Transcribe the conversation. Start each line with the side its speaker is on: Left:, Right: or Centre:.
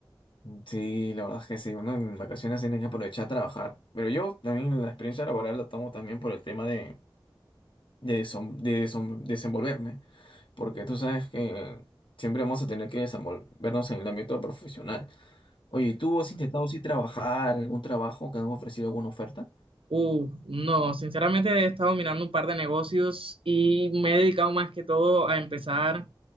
Left: Sí, la verdad es que sí, uno en vacaciones tiene que aprovechar a trabajar, pero yo también la experiencia laboral la tomo también por el tema de, de, desom- de desom- desenvolverme, porque tú sabes que siempre vamos a tener que desenvolvernos en el ámbito profesional. Oye, ¿y tú has intentado sí trabajar, algún trabajo que han ofrecido alguna oferta?
Right: Uf, no, sinceramente he estado mirando un par de negocios y me he dedicado más que todo a empezar